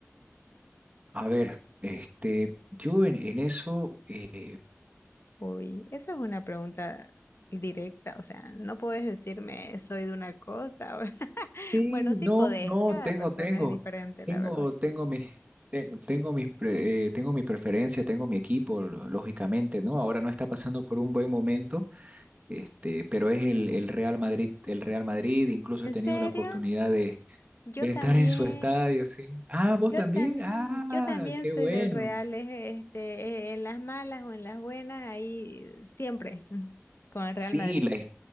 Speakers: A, on the right (about 25°); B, on the left (about 55°).
A: a ver, este, yo en, en eso, eh,
B: Uy, esa es una pregunta directa, o sea, no puedes decirme soy de una cosa. o- <laughs>
A: Sí,
B: Bueno, sí
A: no,
B: podés,
A: no,
B: cada
A: tengo,
B: persona
A: tengo,
B: es diferente,
A: tengo,
B: la verdad.
A: tengo mis, te- tengo mis, pre- eh, tengo mi preferencia, tengo mi equipo, lo- lógicamente, ¿no? Ahora no está pasando por un buen momento, este, pero es el, el Real Madrid, el Real Madrid, incluso
B: ¿En
A: he tenido
B: serio?
A: la oportunidad de,
B: Yo
A: de estar
B: también.
A: en su estadio, sí. Ah, vos
B: Yo
A: también,
B: también,
A: ah,
B: yo también
A: qué
B: soy
A: bueno.
B: del Real, este, eh, en las malas o en las buenas, ahí siempre mm, con el Real
A: Sí,
B: Madrid.
A: la, his-